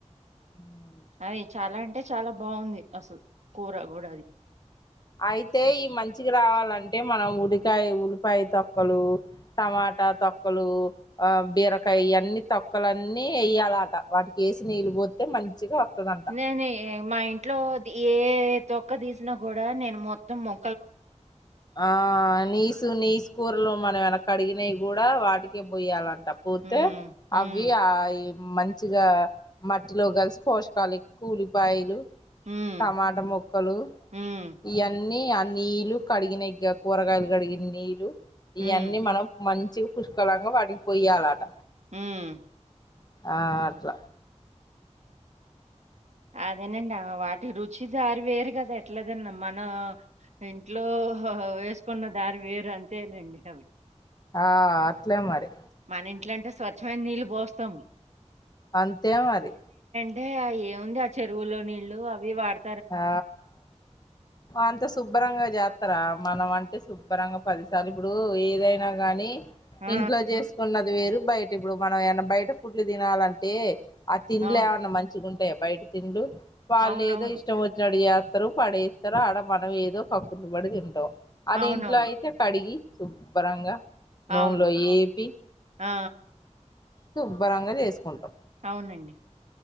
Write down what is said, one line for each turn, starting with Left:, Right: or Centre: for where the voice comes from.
Left: ఉ
Right: అది చాలా అంటే చాలా బాగుంది అసలు కూర కూడా అది
Left: అయితే ఈ మంచికి రావాలంటే మనం ఉల్లికాయ ఉల్లిపాయ తొక్కలు టమ తొక్కలు ఆ బీరకాయ ఇయన్ని తొక్కలన్నీ వేయాల ఆట వాటికేసి నీళ్ళు పోతే మంచిగా వస్తుందంట
Right: నేను మా ఇంట్లో ఏ తొక్క తీసినా కూడా నేను మొత్తం మొ
Left: ఆ నీసు నీసు కూరలు మనం వెనకి అడిగినవి కూడా వాటికే పోయ్యాలంట పొత్తే
Right: ఉమ్,
Left: అవి
Right: ఉమ్,
Left: ఆ మంచిగా మట్టిలో కలిసి పోషకాలు ఎక్కు ఉల్లిపాయలు
Right: ఉమ్,
Left: టమాట మొక్కలు
Right: ఉమ్,
Left: ఇయన్నీ అన్ని నీల్లు కడిగిన కూరగాయలు కడిగిన నీళ్లు ఇయన్నీ
Right: ఉమ్,
Left: మనం మంచి పుష్కలంగా వాడిగిపోయ్యాల ఆట
Right: ఉమ్
Left: ఆ అట్ల
Right: అదేనండి వాటి రుచి దారి వేరు కదా ఎట్లదన్న మన ఇంట్లో వేసుకున్న దారి వేరు అంతేలేండి అవి
Left: ఆ అట్లే మరి
Right: మన ఇంట్లో అంటే స్వచ్ఛమైన నీళ్ళు పోస్తాం
Left: అంతే మరి
Right: అంటే ఆ ఏముంది ఆ చెరువులో నీల్లు అవి వాడు
Left: ఆ అంత శుభ్రంగా జాత స్తరా మనం అంటే శుభ్రంగా పదిసార్లు ఇప్పుడు ఏదైనా కానీ
Right: ఆ!
Left: ఇంట్లో చేసుకున్నది వేరు బయట ఇప్పుడు మనం ఏమన్నా బయట పుడ్లు తినాలంటే ఆ తిండ్లు
Right: అవును.
Left: ఏమన్నా మంచిగ ఉంటాయా బయట తిండ్లు వాళ్ళు
Right: అవునవును.
Left: ఏదో ఇష్ నడి చేస్తారు పడేస్తారు ఆడ మనం ఏదో కక్కుర్తి పడి తింటాం అది
Right: అవునవును.
Left: ఇంట్లో అయితే కడిగి శుభ్రంగా నూనెలో
Right: అవును.
Left: ఏపి
Right: ఆ
Left: శుభ్రంగా చేసుకుంటాం
Right: అవునండి